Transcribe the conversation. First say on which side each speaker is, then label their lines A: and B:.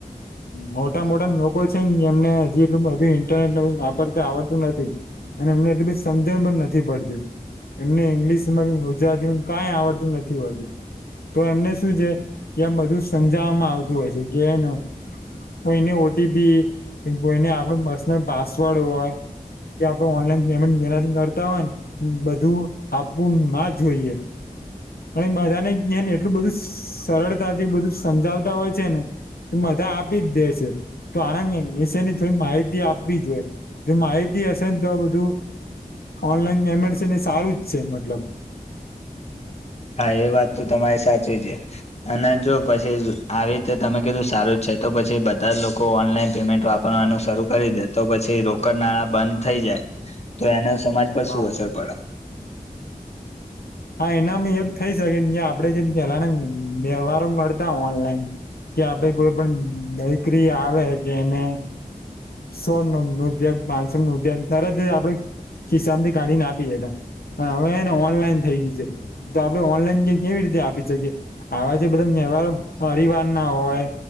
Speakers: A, on the left; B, on the left.
A: મોટા મોટા લોકો છે, એમને એટલું બધું ઇન્ટરનેટર આવડતું નથી અને એમને એટલું સમજણ પણ નથી પડતી. એમને ઈંગ્લિશમાં ગુજરાતી માં કઈ આવડતું નથી હોતું. તો એમને શું છે, કે આમ બધું સમજાવવામાં આવતું હોય છે, કેને કોઈને ઓટીપી, કોઈને આપણ પર્સનલ પાસવર્ડ હોય કે આપણે ઓનલાઈન પેમેન્ટ એનાથી કરતા હોય ને બધું આપવું ના જોઈએ. <unintelligible> જ એટલું બધું સરળતાથી બધું સમજાવતા હોય છે, ને તો બધા આપી જ દે છે તો આનંદ વિશેની થોડી માહિતી આપવી જ હોય. જો માહિતી હશે ને તો આ બધું ઓનલાઈન પેમેન્ટ છે ને સારું જ છે મતલબ.
B: હા એ વાત તો તમારી સાચી છે અને જો પછી આવી તો તમે કીધું સારું જ છે તો પછી બધા જ લોકો ઓનલાઈન પેમેન્ટ વાપરવાનું શરૂ કરી દે તો પછી રોકડ નાળા બંધ થઈ જાય. તો એના સમાજ પર
A: હા
B: શું અસર પડે?
A: હા એનામાં એક થઈ શકે જે આપડે જેમ પેલાના વ્યવહારો કરતા હો ઓનલાઈન કે આપડે કોઈ પણ દીકરી આવે કે એને સોળ ન નદ્યગ બાસણ નું ઉગ તર આપડ ખીસામાં થી કાઢી ના આપી દેતા. પણ હવેને ઓનલાઈન થઈ ગયું છે, તો આપડે ઓનલાઈન ક કેવી રીતે આપી શકીએ આવાજ બધ <unintelligible> ના હોય